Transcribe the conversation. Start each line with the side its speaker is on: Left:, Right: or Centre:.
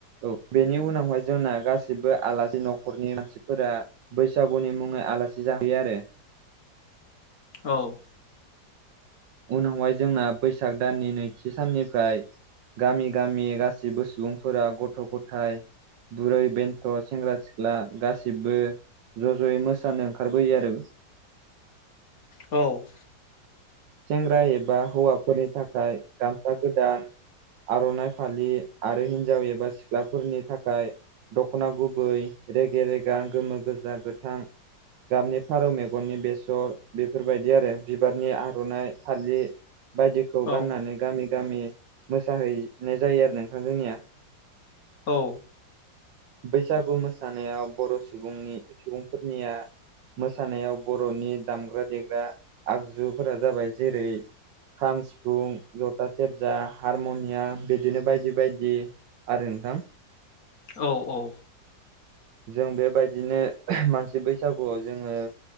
Right: औ बेनि उनावहाय जोंना गासिबो आलासि न'खरनि मानसिफोरा बैसागुनि मुङै आलासि जाहैयो आरो
Left: औ
Right: उनावहाय जोंना बैसाग दाननि नैथि साननिफ्राय गामि गामि गासैबो सुबुंफोरा गथ' गथाय बुरै बेन्थ' सेंग्रा सिख्ला गासिबो ज' ज'यै मोसानो ओंखारबोयो आरो
Left: औ
Right: सेंग्रा एबा हौवाफोरनि थाखाय गामसा गोदान आर'नाइ फालि आरो हिन्जाव एबा सिख्लाफोरनि थाखाय दख'ना गुबै रेगे रेगा गोमो गोजा गोथां गाबनि फारौ मेगननि बेसर बेफोरबायदि आरो बिबारनि आर'नाइ फालि बायदिखौ
Left: औ
Right: गाननानै गामि गामि मोसाहैनाय जायो आरो नोंथां जोंनिया
Left: औ
Right: बैसागु मोसानायाव बर' सुबुंनि सुबुंफोरनिया मोसानायाव बर'नि दामग्रा देग्रा आगजुफोरा जाबाय जेरै खाम सिफुं जथा सेरजा हारमुनियाम बिदिनो बायदि बायदि आरो नोंथां
Left: औ औ
Right: जों बेबायदिनो मानसि बैसागुआव जोङो